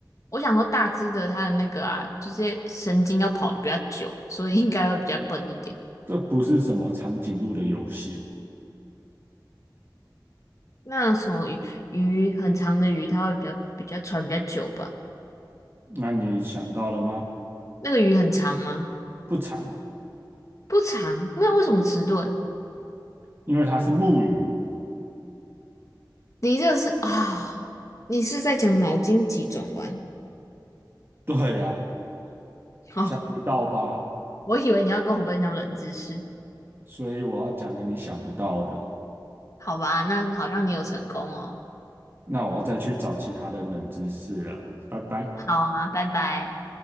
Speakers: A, on the left; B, on the right.
A: 我想说大只的它的那个啊，就是神经要跑得比较久，所以应该会比较笨一点。
B: 这不是什么长颈鹿的游戏。
A: 那什么鱼鱼很长的鱼，它会比较比较传比较久吧？
B: 那你想到了吗？
A: 那个鱼很长吗？
B: 不长，
A: 不长，那为什么迟钝？
B: 因为它是木鱼。
A: 你这个是啊、你是在讲脑筋急转弯
B: 对啊，
A: 哦？
B: 想不到吧？
A: 我以为你要跟我分享冷知识，
B: 所以我要讲个你想不到的。
A: 好吧？那好像你有成功哦。
B: 那我要再去找其他的冷知识了。拜拜。
A: 好啊，拜拜。